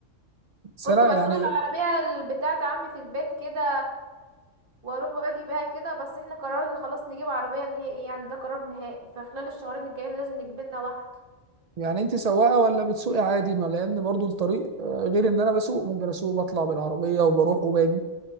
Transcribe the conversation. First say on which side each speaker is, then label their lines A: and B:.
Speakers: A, on the right (about 80°); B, on the right (about 45°).
A: بس
B: كنت
A: انا
B: بسوق
A: يعني
B: العربية بتاعة عمي في البيت كده واروح واجي بيها كده بس احنا قررنا خلاص نجيب عربية نهائي يعني ده قرار نهائي فخلال الشهرين الجايين لازم نجيب لنا واحدة
A: يعني انت سواقه ولا بتسوقي عادي ما لان برضو الطريق آه، غير ان انا بسوق ممكن اسوق بطلع بالعربيه وبروح وباجي